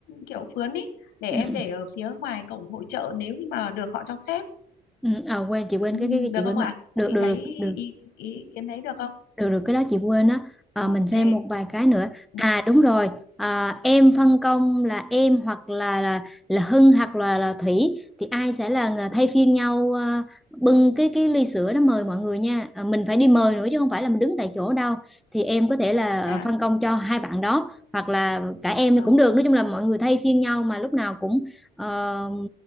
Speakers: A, on the left (about 80°); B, in the centre.
A: kiểu phướn ấy để
B: ừ,
A: em để ở phía ngoài cổng hội chợ nếu như mà được họ cho phép
B: ừ. À, quên chị quên
A: ừ,
B: cái, cái, cái
A: được
B: chị quên
A: không ạ
B: mà được
A: chị
B: được
A: thấy
B: được được
A: ý, ý kiến đấy được không
B: được được cái đó chị quên á Ờ,
A: ok
B: mình xem một vài cái nữa
A: Ừm,
B: à đúng rồi à, em phân công là em hoặc là là là Hưng hoặc là là Thủy thì ai sẽ là người thay phiên nhau à, bưng cái cái ly sữa đó mời mọi người nha à, mình phải đi mời nữa chứ không phải là mình đứng tại chỗ đâu thì em có thể là
A: dạ,
B: phân công cho hai bạn đó hoặc là cả em
A: vâng,
B: cũng được nói chung là mọi người thay phiên nhau mà lúc nào cũng ờ,